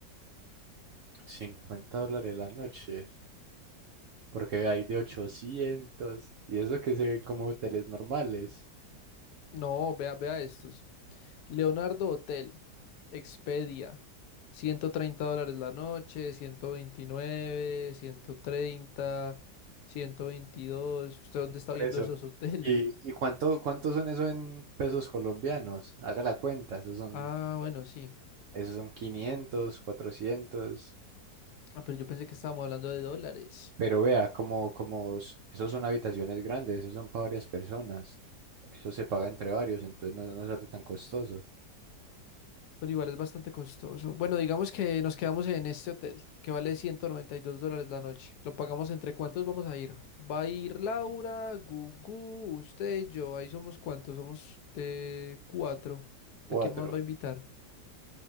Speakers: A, on the right; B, on the left.
A: 50 dólares la noche. Porque hay de 800. Y eso que se ven como hoteles normales.
B: No, vea, vea estos. Leonardo Hotel, Expedia, 130 dólares la noche, 129, 130, 122. ¿Usted dónde está
A: Por
B: viendo
A: eso.
B: esos hoteles?
A: ¿Y, y cuánto, cuántos son eso en pesos colombianos? Haga la cuenta, esos son,
B: Ah, bueno, sí.
A: esos son 500, 400.
B: Ah, pero yo pensé que estábamos hablando de dólares.
A: Pero vea, como, como s- esos son habitaciones grandes, esos son para varias personas. Eso se paga entre varios, entonces no, no sale tan costoso.
B: pero igual es bastante costoso. Bueno, digamos que nos quedamos en este hotel, que vale 192 dólares la noche. Lo pagamos entre cuántos vamos a ir. Va a ir Laura, Gugu, usted, y yo. Ahí somos cuántos, somos eh, cuatro. ¿A
A: Cuatro.
B: quién más va a invitar?